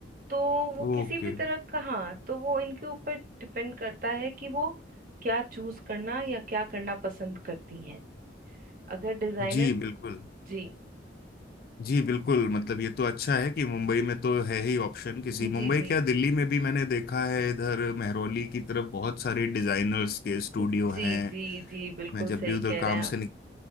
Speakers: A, on the right; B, on the left.
A: तो वो
B: ओके
A: किसी भी तरह का हाँ तो वो इनके ऊपर डिपेंड करता है कि वो क्या चूज करना या क्या करना पसंद करती हैं अगर डिजाइनर
B: जी बिल्कुल
A: जी
B: जी बिल्कुल मतलब ये तो अच्छा है कि मुंबई में तो है ही ऑप्शन किसी
A: जी
B: मुंबई
A: जी
B: क्या दिल्ली में भी मैंने देखा है इधर मेहरौली की तरफ बहुत सारे डिजाइनर्स के स्टूडियो
A: जी
B: हैं
A: जी जी बिल्कुल
B: मैं जब
A: सही
B: भी उधर
A: कह
B: काम
A: रहे हैं आप
B: से